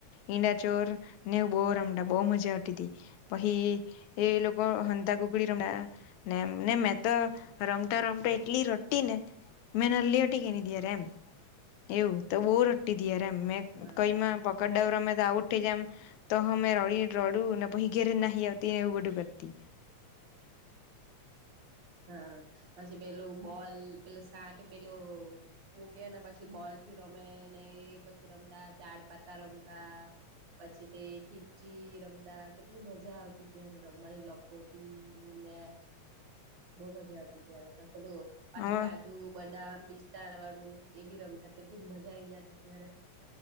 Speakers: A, on the left; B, on the right.
A: ઈંડાચોર ને એવું બોવ રમતા બોવ મજા આવતી હતી. પહી એ લોકો હંતા કુકડી રમતા ને ને મે તો રમતા રમતા એટલી રોટી ને મેં નાનલી ઉતી કે ની ત્યારે એમ એવુ તો બો રડતી તી યાર મેં
B: હા
A: કઈ માં પકડ દાવ રમે ત્યા ઊઠી જામ તો અમે રડી રડુ ને પછી ઘેરે નાહી આવતીને એવું બધું કરતી <inaudible>
B: હા પછી પેલું બોલ પેલું સાટ પેલું મૂક્યે અને પછી બોલ થી રમે ને એ પછી રમતા ચાડ પાતા રમતા. પછી તે ખીચ્છી રમતા કેટલી મજા આવતી ત્યારે રમવાની લખોટી બે
A: <inaudible>
B: બહુ મજા આવતી ત્યારે પણ પેલું પાછું
A: હવે
B: કાજુ બદામ. પિસ્તા વાળું એ બી રમતા કેટલી મજા આવી જતી ત્યારે